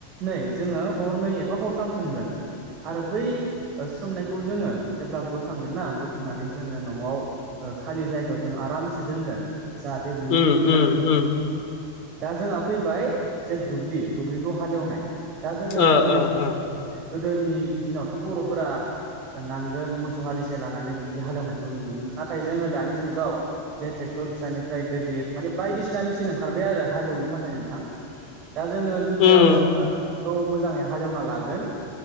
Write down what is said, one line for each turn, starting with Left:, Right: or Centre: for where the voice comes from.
Right: नै जोङो हरनै एबा हरथाम सोमगोन। आरो बै सोमनायखौ जोङो जेब्ला बोखांगोन ना बोखांनानै जोङो न'आव खालि जायगायाव जों आरामसे दोनगोन जाहाथे बिनि
Left: उम
Right: दैफोरा
Left: उम उम
Right: दा जोंहा फैबाय जे दुब्लि दुब्लिखौ हालेवनाय। दा जोङो
Left: ओ
Right: गिबिया
Left: ओ ओ
Right: गोदोनि दिनावथ' बर'फोरा नांगोल मोसौ हालिसे लानानै बिब्दि हालेवनायखौ नुयोमोन नाथाय जोङो दानि जुगाव जे टेकटरफिसानि फ्राय गिदिर माने बायदिसिना मेचिन ओंखारबाय आरो हालेवनो थाखाय नोंथां दा जोङो गिबियाव
Left: उम
Right: हाखौ मोजाङै हालेवना लागोन